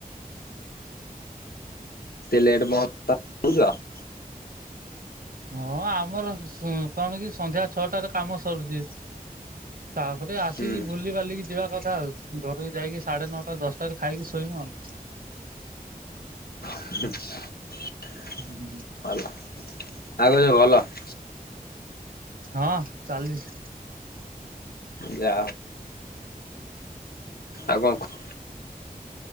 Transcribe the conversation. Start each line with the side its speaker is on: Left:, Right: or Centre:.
Left: <unintelligible>
Right: ହଁ ଆମର ସ କଣ କି ସନ୍ଧ୍ୟା ଛଅଟାରେ କାମ ସରୁଚି। ତାପରେ ଆସିକି
Left: ହୁଁ
Right: ବୁଲି ବାଲିକି ଯିବା କଥା ଆଉ ଘରକୁ ଯାଇକି ସାଢେ ନଅଟା ଦଶଟାରେ ଖାଇକି ଶୋଇମୁ ଆଉ।
Left: <inaudible>
Right: <inaudible>
Left: <unintelligible> ଭଲ।
Right: ହଁ ଚାଲିଛି।
Left: ଯା ଆଉ କଣ